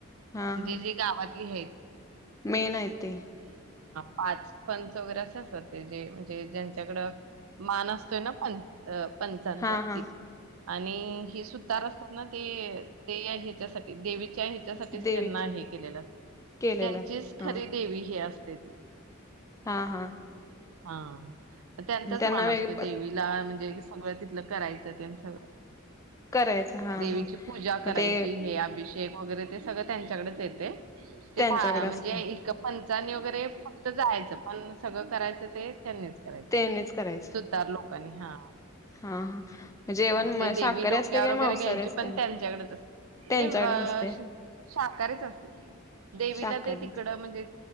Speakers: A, on the left; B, on the right.
A: हा
B: म्हणजे
A: हा
B: जे गावात. <unintelligible>
A: मेन आहे तेे,
B: पाच. पंच वगैरे असे असतात ते जे. जे ज्यांच्याकड मान असतोय. ना पण अ पंचांचाती.
A: हा हा
B: आणि हे सुतार असताना ते ते हेच्यासाठी देवी त्या हेच्यासाठी
A: देवीच
B: त्यांना हे केलेलं, असतंय
A: केलेलं
B: त्यांचीच
A: हा
B: खरी देवी ही असते. तेे ते.
A: हा हा.
B: हा. त्यांनाचं
A: मग त्यांना
B: मान
A: वेग
B: असतो देवीला म्हणजे सगळ तिथलं करायचं ततेन सगळं,
A: करायचं हा
B: देवीची
A: हा
B: पूजा करायची
A: मग ते
B: हे अभिषेक टेप वगैरे ते सगळ त्यांच्याकडचं येतय ते
A: त्यांच्याकडे
B: पा म्हणजे
A: असतय
B: इथ पण. त्यांनी वगैरे फक्त जायचं पण सगळं करायचं ते त्यांनीच करायच
A: त्यांनीच करायचं
B: सुतार लोक लोकांनी हा
A: हा हा जेवण
B: मग ते देवी
A: शाकाहारी
B: डोक्यावर
A: असते काय
B: वगैरे
A: मांसाहारी
B: घ्यायची
A: असते?
B: पण त्यांच्याकडेच असतय
A: त्यांच्याकडेच असते
B: <unintelligible> शाकाहारीच असतय देवीला
A: शाकाहारी
B: ते तिकड म्हणजे